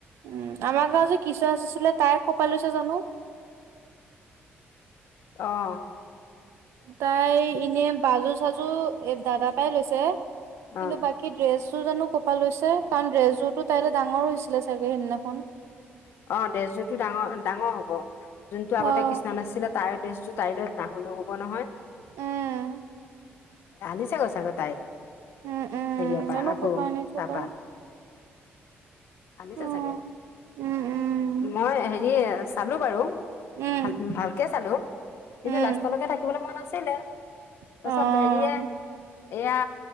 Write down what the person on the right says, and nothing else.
উ আমাৰ গাঁও যে কৃষ্ণ নাছিছিলে তাই ক'পা লৈছে জানো ।
তাই এনে বাজু চাজু এ দাদাৰ পৰাই লৈছে। কিন্তু
বাকী ড্ৰেছ। জানো কপ লৈছে কাৰণ ড্ৰেজজোটো তাইলৈ ডাঙৰ হৈছিলে চাগে সিদিনাখন ।
উম,
উম।
উম, উম, জানো
ক'পা আনিছে
তাই
উম।
উম, উম,
উম,
উম,
অ',